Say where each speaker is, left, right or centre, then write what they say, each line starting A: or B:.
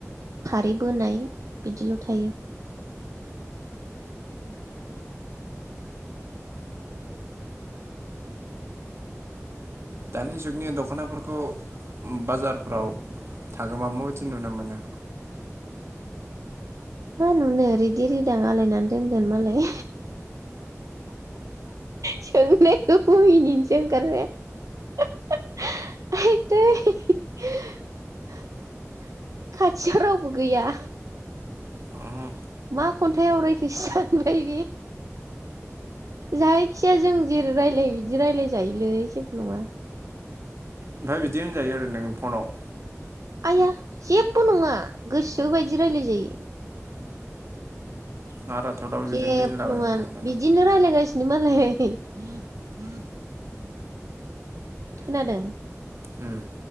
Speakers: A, on the right; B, on the right.
A: फारि बोनाय बिदिल थायो।
B: दानि जुगनि दख'नाफोरखौ बाजारफ्राव थाङोबा माबायदि नुनो मोनो?
A: मा नुनो रिदि रिदां आलायनानै दोनगोन मालाय सोंनायखौबो मिनिनोसो ओंखारबाय आइदै खाथियाव रावबो गैया
B: मोनो
A: मा खन्थाइ आवरायखोसो सानबाय बे जायखिजाया जों जेरै रायलायो बिदि रायलाय जायोलै जेबो नङा।
B: ओमफ्राय बिदि होनजायो आरो नों फनाव।
A: आइया जेबो नङा गोसोबायदि रायज्लाय जायो।
B: नारा थेवब्लाबो
A: जेबो
B: बिदि मिनिलाबायनो
A: नङा
B: हानानै
A: बिदिनो रायलायगासिनो मालाय। <inaudible> खोनादों?
B: उम